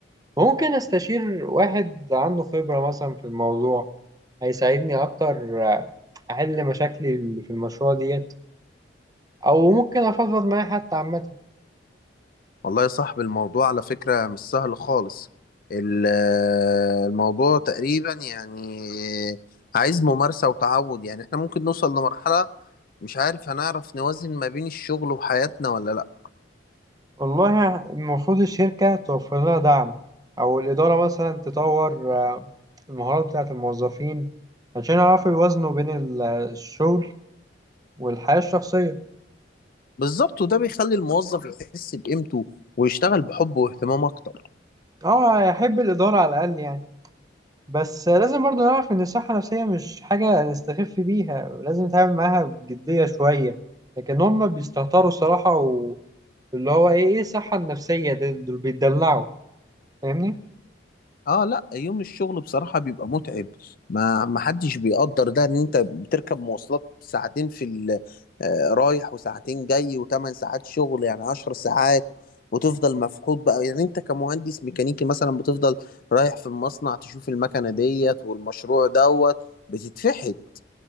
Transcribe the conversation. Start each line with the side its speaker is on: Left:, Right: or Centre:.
Right: ممكن أستشير واحد عنده خبرة مثلا في الموضوع هيساعدني أكتر آه، احل مشاكلي اللي في المشروع ديت او ممكن افضفض معاه حتى عامه
Left: والله يا صاحبي الموضوع على فكرة مش سهل خالص ال- آه، الموضوع تقريبا يعني عايز ممارسة وتعود يعني احنا ممكن نوصل لمرحلة مش عارف هنعرف نوازن ما بين الشغل وحياتنا ولا لا
Right: والله المفروض الشركه توفر لها دعم او الاداره مثلا تطور آه، المهارات بتاعه الموظفين عشان يعرفوا يوازنوا بين ال- الشغل والحياه الشخصيه
Left: بالظبط وده بيخلي الموظف يحس بقيمته ويشتغل بحب واهتمام اكتر
Right: اه يحب الاداره على الاقل يعني بس لازم برضه نعرف ان الصحه النفسيه مش حاجه نستخف بيها لازم نتعامل معاها بجديه شويه لكن هم بيستهتروا الصراحه واللي هو ايه ايه الصحه النفسيه ده- دول بيتدلعوا فاهمني
Left: اه لا يوم الشغل بصراحة بيبقى متعب ما ما حدش بيقدر ده ان انت بتركب مواصلات ساعتين في ال- آه، رايح وساعتين جاي وثمان ساعات شغل يعني عشر ساعات وتفضل مفحوط بقى يعني انت كمهندس ميكانيكي مثلا بتفضل رايح في المصنع تشوف المكنة ديت والمشروع دوت بتتفحت